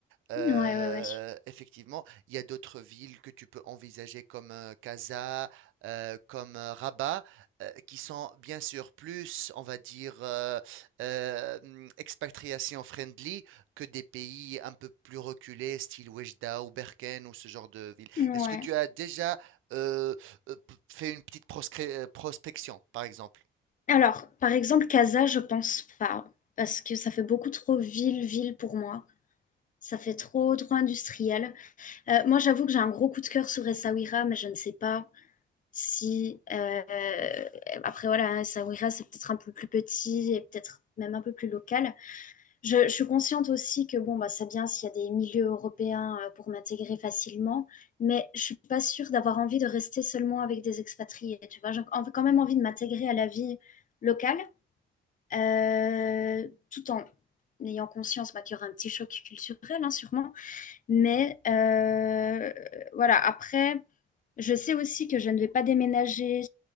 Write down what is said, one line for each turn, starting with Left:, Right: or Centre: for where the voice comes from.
Right: Euh,
Left: Ouais, ouais, ouais.
Right: effectivement, il y a d'autres villes que tu peux envisager comme euh, Casa, euh, comme euh, Rabat, euh, qui sont bien sûr plus, on va dire, euh, euh, hum, expatriation friendly que des pays un peu plus reculés, style Oujda ou Berkane ou ce genre de ville.
Left: Ouais.
Right: Est-ce que tu as déjà euh, euh, p- fait une petite proscré- euh, prospection, par exemple?
Left: Alors, par exemple, Casa, je pense pas, parce que ça fait beaucoup trop ville-ville pour moi. Ça fait trop, trop industriel. Euh, moi, j'avoue que j'ai un gros coup de cœur sur Essaouira, mais je ne sais pas. Si euh, après voilà, Sabrina c'est peut-être un peu plus petit et peut-être même un peu plus local. Je, je suis consciente aussi que bon bah c'est bien s'il y a des milieux européens euh, pour m'intégrer facilement, mais je suis pas sûre d'avoir envie de rester seulement avec des expatriés. Tu vois, j'ai quand même envie de m'intégrer à la vie locale, euh, tout en ayant conscience bah, qu'il y aura un petit choc culturel hein, sûrement. Mais euh, voilà après. Je sais aussi que je ne vais pas déménager